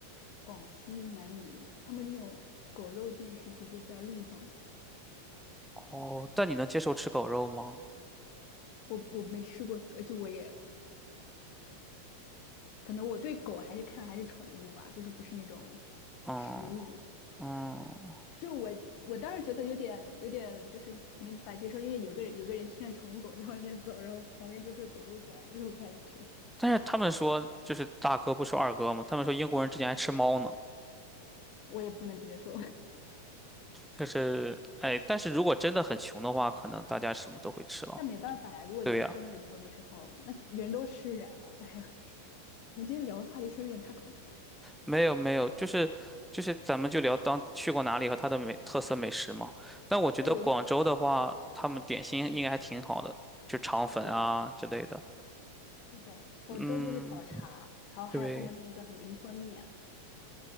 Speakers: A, on the left (about 45°); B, in the centre.
A: 广西南宁，他们那种狗肉店是直接在路上的。
B: 哦，但你能接受吃狗肉吗？
A: 我我没吃过，而且我也可能我对狗还是看还是宠物吧，就是不是那种
B: 嗯
A: 食物。
B: 嗯，
A: 就我我当时觉得有点有点就是没法接受，因为有个人有个人牵着宠物狗在外面走，然后旁边就是狗肉馆这种感觉，
B: 但是他们说就是大哥不说二哥嘛，他们说英国人之前还吃猫呢，
A: 我也不能接受。<laughs>
B: 就是哎，但是如果真的很穷的话，可能大家什么都会吃了。
A: 但没办法呀，如果就是真的很穷的时候，
B: 对呀。
A: 那人都吃人了。哎呀，我们今天聊的话题是不是有点太恐怖？
B: 没有没有，就是就是咱们就聊当去过哪里和它的美特色美食嘛。但我觉得广州的话，
A: 对，我就，
B: 他们点心应该还挺好的，
A: 呃，
B: 就肠粉啊之类的。
A: 是的，是的，广州就是早茶，
B: 嗯，
A: 然后还有他们那个叫什么云吞面，
B: 对，